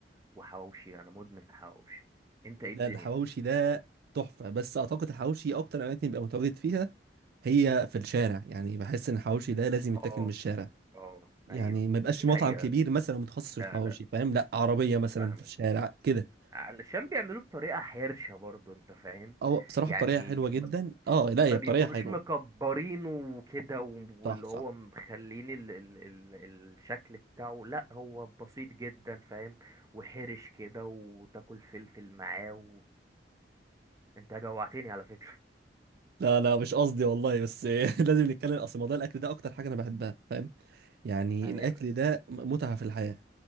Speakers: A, on the right; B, on the right.
A: وحواوشي انا مدمن حواوشي انت
B: ده
A: ايه الدنيا
B: الحواوشي ده تحفه بس اعتقد الحواوشي اكتر اماكن بيبقى متواجد فيها هي في الشارع يعني بحس ان الحواوشي ده لازم يتاكل
A: اه
B: من الشارع
A: اه
B: يعني
A: ايوه
B: ما يبقاش
A: دي
B: مطعم
A: حقيقة
B: كبير مثلا متخصص
A: لا
B: في الحواوشي
A: لا
B: فاهم لا عربيه مثلا
A: فاهمك
B: في الشارع كده
A: علشان بيعملوه بطريقة حرشة برضو انت فاهم
B: او بصراحه
A: يعني
B: بطريقه حلوه
A: ما
B: جدا اه لا
A: ما
B: هي
A: بيكونوش
B: بطريقه حلوه
A: مكبرينه وكده و- واللي
B: صح صح
A: هو مخلين ال ال ال الشكل بتاعه لا هو بسيط جدا فاهم وحرش كده وتاكل فلفل معاه و... انت جوعتني على فكرة
B: لا لا مش قصدي والله بس <laughs> لازم نتكلم اصل موضوع الاكل ده اكتر حاجه انا بحبها فاهم يعني
A: ايوه
B: الاكل ده متعه في الحياه